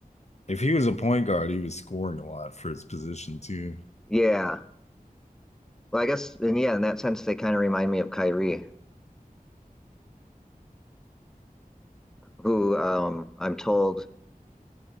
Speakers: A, on the left (about 50°); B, in the centre.
A: If he was a point guard, he was scoring a lot for his position too.
B: Yeah, well, I guess and yeah, in that sense, they kind of remind me of Kyrie, who um, I'm told